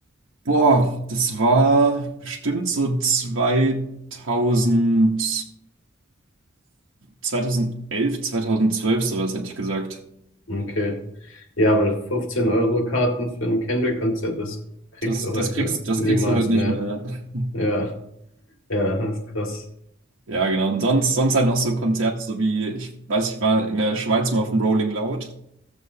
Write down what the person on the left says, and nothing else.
Okay. Ja, weil 15 Euro Karten für ein Kendrick-Konzert, das kriegst
du heute
niemals
mehr.
Ja, ja, das ist krass.